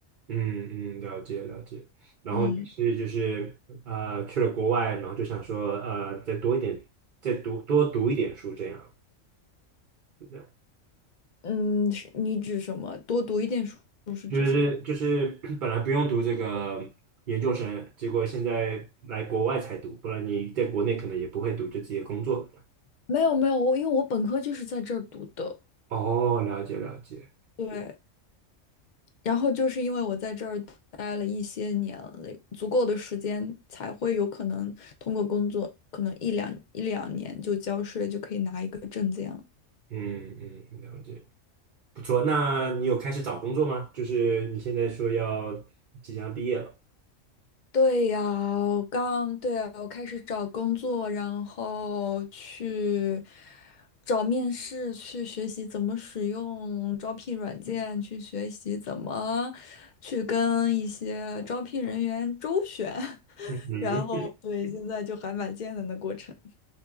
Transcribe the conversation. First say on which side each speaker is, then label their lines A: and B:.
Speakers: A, on the right (about 50°); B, on the left (about 50°).
A: 嗯嗯，了解了解。然后你是就是呃去了国外，
B: 嗯
A: 然后就想说呃再多一点，再读多读一点书这样。是这样
B: 嗯，是你指什么？多读一点书是指什么？
A: 就是就是 <clears throat> 本来不用读这个研究生，结果现在来国外才读，不然你在国内可能也不会读，就直接工作了。
B: 没有没有，我因为我本科就是在这儿读的。
A: 哦，了解了解，
B: 对，然后就是因为我在这儿待了一些年了，足够的时间才会有可能通过工作，可能一两一两年就交税，就可以拿一个证件了。
A: 嗯嗯，了解，不错。那你有开始找工作吗？就是你现在说要即将毕业了。
B: 对呀，我刚，对啊，我开始找工作，然后去找面试，去学习怎么使用招聘软件，去学习怎么去跟一些招聘人员周旋，<laughs>
A: 嗯
B: 然后对，现在就还蛮艰难的过程。